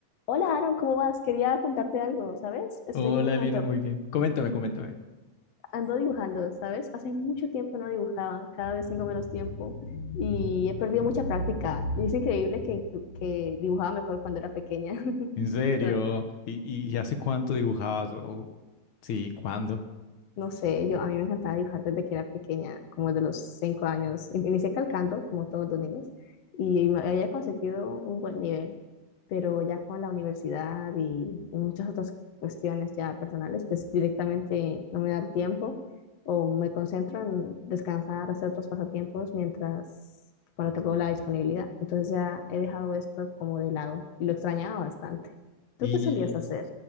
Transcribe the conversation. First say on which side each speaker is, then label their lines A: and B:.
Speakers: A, on the left; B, on the left.
A: Hola Aaron, ¿cómo vas? Quería contarte algo, ¿sabes? Estoy
B: Hola
A: dibujando,
B: Lina, muy bien. Coméntame, coméntame.
A: ando dibujando, ¿sabes? Hace mucho tiempo no dibujaba, cada vez tengo menos tiempo y he perdido mucha práctica. Es increíble que, que dibujaba mejor cuando era pequeña. <laughs>
B: ¿En serio?
A: O sea,
B: ¿Y, y hace cuánto dibujabas? O- sí, ¿cuándo?
A: No sé, yo a mí me encantaba dibujar desde que era pequeña, como de los cinco años. In- Inicié calcando, como todos los niños, y me había conseguido un buen nivel, pero ya con la universidad y, y muchas otras cuestiones ya personales, pues directamente no me da el tiempo o me concentro en descansar, hacer otros pasatiempos mientras, cuando tengo la disponibilidad. Entonces ya he dejado esto como de lado y lo extrañaba bastante. ¿Tú
B: Y
A: qué solías hacer?